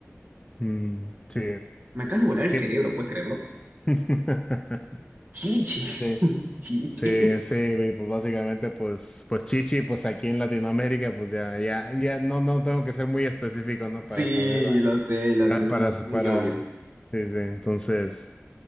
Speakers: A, on the left; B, on the right.
A: Mm, sí.
B: Me acabas de volar el cerebro,
A: y-
B: ¿puedes creerlo?
A: <laughs>
B: Chichi,
A: Sí.
B: <laughs> chichi.
A: Sí, sí, y pues básicamente, pues, pues Chichi, pues aquí en Latinoamérica, pues ya, ya, ya no, no tengo que ser muy específico, ¿no?
B: Sí,
A: Para saber
B: lo sé, lo
A: Para,
B: sé, es
A: para,
B: muy, muy
A: para-
B: obvio.
A: sí, sí, entonces,